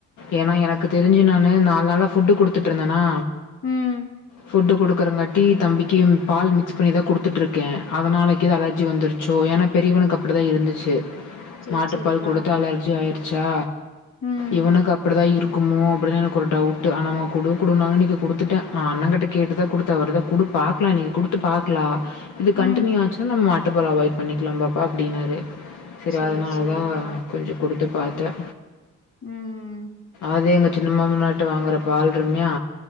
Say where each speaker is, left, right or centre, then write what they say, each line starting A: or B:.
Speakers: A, on the left; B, on the left.
A: ஏன்னா எனக்கு தெரிஞ்சு நா நால்நாளா ஃபுட் கொடுத்துட்டு இருந்தனா
B: ம்
A: ஃபுட்டு கொடுக்குறங்காட்டி தம்பிக்கு பால் மிக்ஸ் பண்ணி தா கொடுத்துட்ருக்க அதனாலக்கி அலர்ஜி வந்துருச்சோ ஏன்னா பெரியவனுக்கு அப்டிதா இருந்துச்சு
B: சேரி
A: மாட்டுப்பால்
B: சேரிக்கா
A: கொடுத்து அலர்ஜி ஆயிருச்சா
B: ம்
A: இவனுக்கு அப்டிதா இருக் குமோ அப்டின்னு எனக்கு ஒரு டவுட்டு ஆனா அவங் கொடு கொடுன்னாங்க இன்னிக் கொடுத்துட்ட உ அண்ணங்கிட்ட கேட்டுதா கொடுத்த அவர்தா குடு பாக்கலா இன்னைக்கு கொடுத்து பாக்கலா இது
B: ம்.
A: கண்ட்டினியூ ஆச்சுன்னா நம்ம மாட்டுப்பால அவாய்ட் பண்ணிக்கலா பாப்பா அப்டின்னாரு சரி
B: சேரி
A: அதனாலதா
B: சேரிக்கா.
A: கொஞ்ச கொடுத்து பாத்த
B: ம்
A: அதே மாரி சின்னம்மாமன்னார்ட வாங்குற பால் ரம்யா